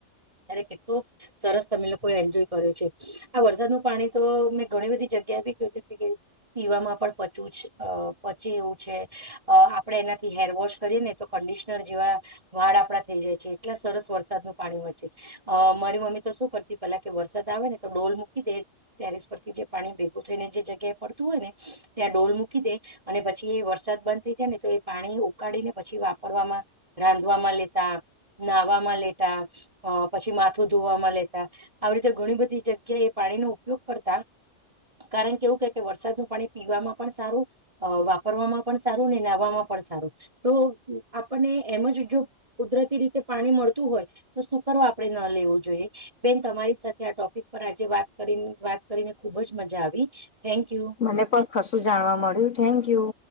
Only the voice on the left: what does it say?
મને પણ કશું જાણવા મળ્યું થેન્કયુ.